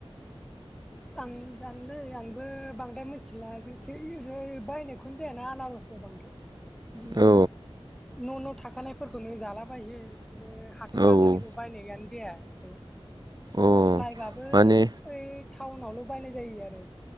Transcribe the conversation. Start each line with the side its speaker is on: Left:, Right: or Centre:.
Centre: आं जानोलै आंबो बांद्राय मिथिला जों बायनायखौनो जायाना आनारस खौ बांद्राय बिदिनो
Right: औ
Centre: न' न' थाखानायफोरखौनो जाला बायो। बिदिनो हाथाय
Right: औ औ
Centre: बाजारनिखौ बायनायानो जाया <unintelligible>
Right: औ
Centre: बायबाबो
Right: माने
Centre: ओइ टाउनावल' बायनाय जायो आरो